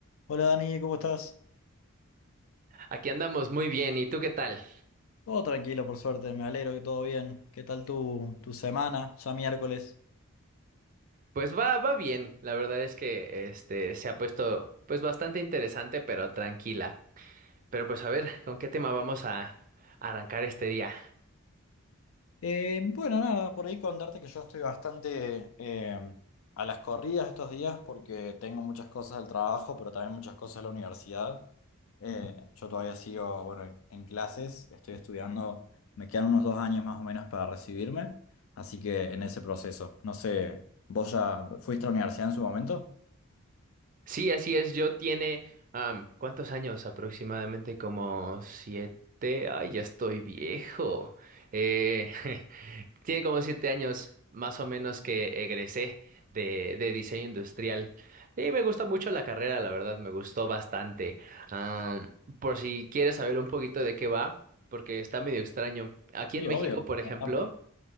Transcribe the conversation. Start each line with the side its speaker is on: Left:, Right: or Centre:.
Left: Hola Dani, ¿cómo estás?
Right: Aquí andamos muy bien, ¿y tú qué tal?
Left: Todo tranquilo, por suerte, me alegro que todo bien. ¿Qué tal tu, tu semana? Ya miércoles.
Right: Pues va, va bien. La verdad es que este se ha puesto pues bastante interesante, pero tranquila. Pero pues a ver, ¿con qué tema vamos a arrancar este día?
Left: Eh, bueno, nada, por ahí contarte que yo estoy bastante eh, a las corridas estos días porque tengo muchas cosas del trabajo, pero también muchas cosas de la universidad. Eh, yo todavía sigo, bueno, en clases, estoy estudiando, me quedan unos dos años más o menos para recibirme, así que en ese proceso. No sé, ¿vos ya fuiste a la universidad en su momento?
Right: Sí, así es. Yo tiene am, ¿cuántos años? Aproximadamente como siete. Ay, ya estoy viejo. Eh, <laughs> Tiene como siete años, más o menos, que egresé de, de diseño industrial. Y me gusta mucho la carrera, la verdad, me gustó bastante. Ah, por si quieres saber un poquito de qué va, porque está medio extraño. Aquí
Left: Sí,
Right: en México,
Left: obvio.
Right: por ejemplo,
Left: Contame.